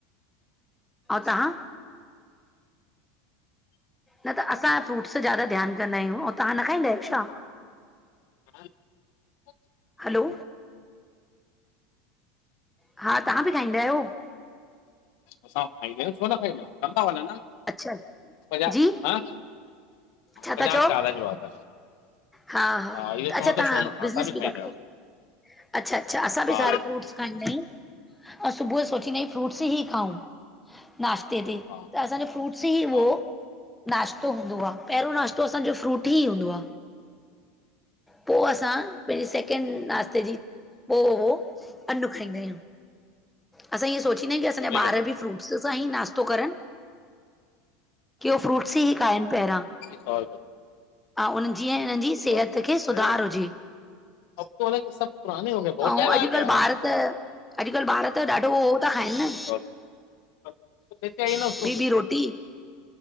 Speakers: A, on the left; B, in the centre.
A: असां
B: तव्हां न त असां फ्रूट्स ज्यादा ध्यान कंदा आहियूं, ऐं तव्हां न खाईंदा आहियो छा?
A: हा <unintelligible>
B: हलो हा, तव्हां बि खाईंदा आहियो?
A: असां ॿि खाईंदा आयूं, छो न खाईंदायूं न था वञा,
B: अच्छा
A: <unintelligible> पजा,
B: जी
A: ह
B: छा
A: पचास
B: था चओ
A: का आधा किलो आता
B: हा हा
A: इहो
B: त
A: चवां
B: अच्छा,
A: थो
B: तव्हां
A: छो न
B: बिज़नेस
A: असां बि खाईंदा
B: ॿि था कयो।
A: आहियूं
B: अच्छा अच्छा, असां ॿि
A: हा
B: सार फ्रूटस खाईंदा आंयूं अउं, सुबुह सोचिंदा आयूं, फ्रूट्स ई खाऊं। नाश्ते ते,
A: हा
B: त असांजो फ्रूट्स ई
A: हा
B: उहो नाश्तो हूंदो आ। पहिरियों नाश्तो असांजो फ्रूट ई हूंदो आ। पो असां, पंहिंजे सैकेंड नाश्ते जी, पो अन्नु खाईंदा आहियूं। असां इअं सोचींदायूं कि असांजा
A: दूल्हे
B: ॿार
A: के दिन
B: ॿि फ्रूट्स सां ई नास्तो करन। के हू फ्रूट्स ई खाइंन पैरां
A: जी सौ रु <unintelligible>
B: ह उननि जी उनि जी सेहत
A: रुपये
B: खे सुधारु हुजे।
A: अब तो है ना कि सब पुराने होे
B: ऐं अॼुकल्ह
A: गए।
B: ॿार त अॼुकल्ह ॿार त ॾाढो उहो था खाइनि न
A: <unintelligible> ते आई न
B: ॿी
A: <unintelligible>
B: ॿी रोटी